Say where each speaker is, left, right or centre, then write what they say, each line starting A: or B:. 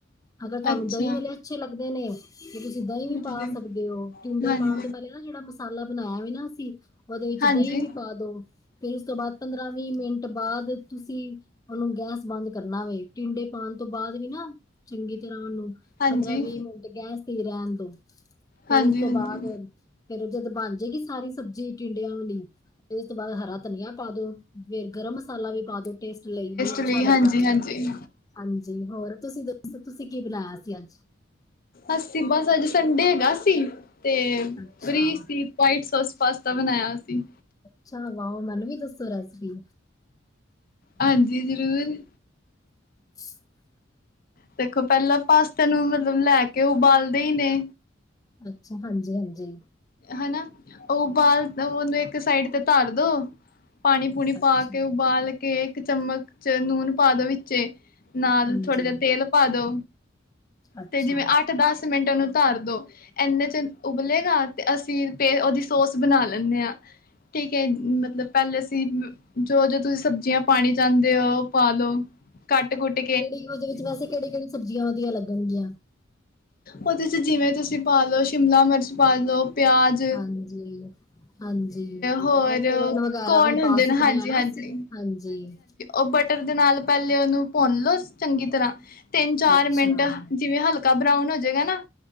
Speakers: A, on the left (about 20°); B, on the left (about 50°).
A: ਅਗਰ ਤੁਹਾਨੂੰ
B: ਅੱਛਾ
A: ਦਹੀਂ ਵਾਲੇ ਅੱਛੇ ਲੱਗਦੇ ਨੇ। ਤੇ ਤੁਸੀਂ ਦਹੀਂ
B: ਪੁੱਛਦੇ
A: ਵੀ ਪਾ ਸਕਦੇ ਹੋ, ਟਿੰਡੇ
B: ਹਾਂਜੀ
A: ਪਾਣ ਤੋਂ ਪਹਿਲੇ ਨਾ ਜਿਹੜਾ ਮਸਾਲਾ ਬਣਾਇਆ ਵੀ ਨਾ ਅਸੀਂ ਉਹਦੇ ਵਿੱਚ
B: ਹਾਂਜੀ
A: ਦਹੀਂ ਵੀ ਪਾ ਦੋ। ਫਿਰ ਉਸ ਤੋਂ ਬਾਅਦ ਪੰਦਰਾਂ ਵੀਹ ਮਿੰਟ ਬਾਅਦ ਤੁਸੀਂ ਉਹਨੂੰ ਗੈਸ ਬੰਦ ਕਰਨਾ ਵੇ ਟਿੰਡੇ ਪਾਣ ਤੋਂ ਬਾਅਦ ਵੀ ਨਾ ਚੰਗੀ ਤਰ੍ਹਾਂ ਉਹਨੂੰ
B: ਹਾਂਜੀ
A: ਪੰਦਰਾਂ ਵੀਹ ਮਿੰ ਗੈਸ ਤੇ ਈ ਰਹਿਣ ਦੋ ਫੇਰ
B: ਹਾਂਜੀ
A: ਇਸ ਤੋਂ
B: ਹਾਂਜੀ
A: ਬਾਅਦ ਫੇਰ ਜਦ ਬਣ ਜਾਏਗੀ ਸਾਰੀ ਸਬਜ਼ੀ ਟਿੰਡਿਆਂ ਵਾਲੀ, ਫਿਰ ਏਸ ਤੋਂ ਬਾਅਦ ਹਰਾ ਧਨੀਆ ਪਾ ਦੋ। ਫੇਰ ਗਰਮ ਮਸਾਲਾ ਵੀ ਪਾ ਦੋ, ਟੇਸਟ ਲਈ ਇਹ ਅੱਛਾ
B: ਲਈ
A: ਲੱਗਦਾ
B: ਹਾਂਜੀ
A: ਹੈ।
B: ਹਾਂਜੀ
A: ਹਾਂਜੀ, ਹੋਰ ਤੁਸੀਂ ਦੱਸੋ ਤੁਸੀਂ ਕੀ ਬਣਾਇਆ ਸੀ ਅੱਜ?
B: ਅਸੀ ਬਸ ਅੱਜ ਸੰਡੇ ਹੈਗਾ ਸੀ, ਤੇ
A: ਅੱਛਾ
B: ਫਰੀ ਸੀ। ਵਾਈਟ ਸੋਸ ਪਾਸਤਾ ਬਣਾਇਆ ਸੀ।
A: ਅੱਛਾ ਵਾਓ! ਮੈਨੂੰ ਵੀ ਦੱਸੋ ਰੈਸਪੀ।
B: ਹਾਂਜੀ, ਜ਼ਰੂਰ।
A: <unintelligible>
B: ਦੇਖੋ, ਪਹਿਲਾਂ ਪਾਸਤੇ ਨੂੰ ਮਤਲਬ ਲੈ ਕੇ ਉਬਾਲਦੇ ਹੀ ਨੇ।
A: ਅੱਛਾ, ਹਾਂਜੀ, ਹਾਂਜੀ।
B: ਹਨਾ, ਉਬਾਲ ਉਹਨੂੰ ਇੱਕ ਸਾਈਡ ਤੇ ਧਰ ਦੋ। ਪਾਣੀ ਪੂਣੀ
A: ਅੱਛਾ
B: ਪਾ ਕੇ, ਉਬਾਲ ਕੇ, ਇੱਕ ਚਮਚ ਨੂਨ ਪਾ ਦੋ ਵਿੱਚੇ। ਨਾਲ
A: ਹਾਂਜੀ
B: ਥੋੜ੍ਹਾ ਜਿਹਾ ਤੇਲ ਪਾ ਦੋ,
A: ਅੱਛਾ
B: ਤੇ ਜਿਵੇਂ ਅੱਠ ਦਸ ਮਿੰਟਾਂ ਨੂੰ ਧਰ ਦੋ ਐਂਨੇ ਚ ਉਬਲੇਗਾ, ਤੇ ਅਸੀਂ ਫਿਰ ਉਹਦੀ ਸੋਸ ਬਣਾ ਲੈਂਨੇ ਆਂ। ਠੀਕ ਹੈ ਮਤਲਬ ਪਹਿਲੇ ਅਸੀਂ ਜੋ ਜੋ ਤੁਸੀਂ ਸਬਜ਼ੀਆਂ ਪਾਣੀ ਚਾਹੁੰਦੇ ਹੋ ਪਾ ਲਓ। ਕੱਟ-ਕੁੱਟ।
A: ਕਿਹੜੀ ਉਹਦੇ ਵਿੱਚ ਵੈਸੇ ਕਿਹੜੀ - ਕਿਹੜੀ ਸਬਜ਼ੀਆਂ ਵਧੀਆ ਲੱਗਣਗੀਆਂ?
B: ਉਹਦੇ ਚ ਜਿਵੇਂ ਤੁਸੀਂ ਪਾ ਲਓ ਸ਼ਿਮਲਾ ਮਿਰਚ ਪਾ ਲਓ, ਪਿਆਜ਼
A: ਹਾਂਜੀ, ਹਾਂਜੀ
B: ਹੋਰ
A: ਉਹ ਕੋਨ ਵਗੈਰਾ
B: ਕੋਰਨ
A: ਵੀ
B: ਹੁੰਦੇ
A: ਪਾ
B: ਨੇ
A: ਸਕਦੇ
B: ਹਾਂਜੀ
A: ਹਾਂ ਨਾ
B: ਹਾਂਜੀ
A: ਅਸੀਂ? ਹਾਂਜੀ।
B: ਉਹ ਬਟਰ ਦੇ ਨਾਲ ਪਹਿਲੇ ਉਹਨੂੰ ਭੁੰਨ ਲੋ ਚੰਗੀ ਤਰ੍ਹਾਂ, ਤਿੰਨ ਚਾਰ
A: ਅੱਛਾ
B: ਮਿੰਟ ਜਿਵੇਂ ਹਲ। ਕਾ ਬਰਾਊਨ ਹੋ ਜਾਏਗਾ ਨਾ,